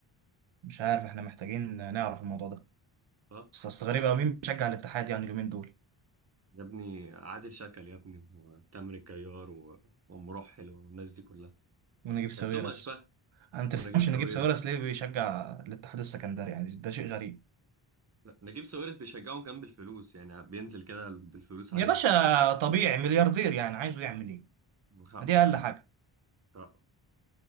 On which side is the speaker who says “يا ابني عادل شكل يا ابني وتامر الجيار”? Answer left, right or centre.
Right